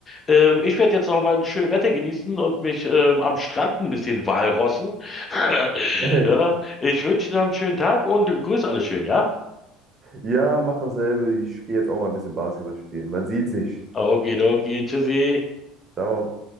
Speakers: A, on the left; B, on the right.
A: Ähm, ich werde jetzt noch mal ein schönes Wetter genießen und mich ähm, am Strand ein bisschen walrossen. <laughs>
B: <laughs>
A: Ja, ich wünsche dir noch einen schönen Tag und grüß alle schön, ja?
B: Ja, mach dasselbe. Ich gehe jetzt auch mal ein bisschen Basketball spielen. Man sieht sich.
A: Okay, okay, tschüssi.
B: Ciao.